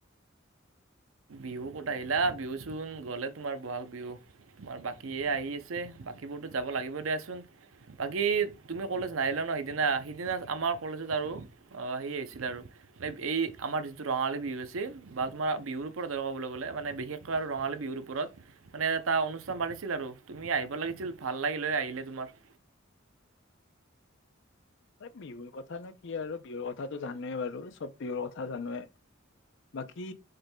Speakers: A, on the right (about 80°); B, on the left (about 65°).
A: বিহু ক'ত আহিলা বিহুচোন গ'লে তোমাৰ বহাগ বিহু। তোমাৰ বাকীহে আহি আছে বাকীবোৰতো যাব লাগিব দিয়াচোন। বাকী তুমি কলেজ নাহিলা ন' সিদিনা সিদিনা আমাৰ কলেজত আৰু অ' সেই আহিছিলে আৰু এই আমাৰ যিটো ৰঙালী বিহু আছিল বা তোমাৰ বিহুৰ ওপৰত কবলৈ গ'লে মানে বিশেষকৈ আৰু ৰঙালী বিহুৰ ওপৰত। মানে এটা অনুষ্ঠান পাতিছিল আৰু তুমি আহিব লাগিছিল ভাল লাগিল হয় আহিলে তোমাৰ।
B: এই বিহুৰ কথানো কি আৰু বিহুৰ কথাতো জানোৱে বাৰু চব বিহুৰ কথা জানোৱে। বাকী